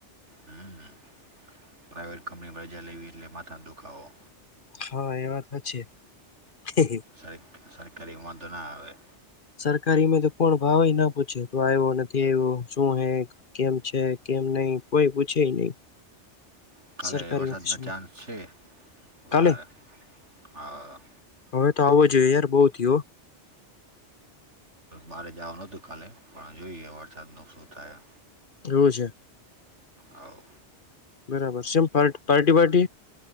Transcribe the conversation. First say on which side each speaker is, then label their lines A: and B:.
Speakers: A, on the right (about 85°); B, on the left (about 50°).
A: હમ પ્રાાઈવેટ કંપનીમાં રજા લેવી એટલે માથાનો દુખાવો.
B: હા એ વાત છે. હા હા
A: સાહેબ સરકારીમાં વાંધો ના આવે
B: સરકારીમાં તો કોઈ ભાવ પણ ના પૂછે તું આવ્યો નથી આવ્યો શું છે. કેમ છે કેમ નહીં કોઈ પૂછેય નહી
A: કાલે
B: સરકારી
A: વરસાદનો
B: ઓફિસમાં
A: ચાન્સ છે, વધારે
B: કાલે
A: હા
B: હવે તો આવો જોઈએ યાર બહુ થયુ હો.
A: બહાર જવાનું હતુ કાલે પણ જોઈએ હવે વરસાદનું શું થાય.
B: એવુ છે.
A: આવ
B: બરાબર છેમ, પાર પાર્ટી પાર્ટ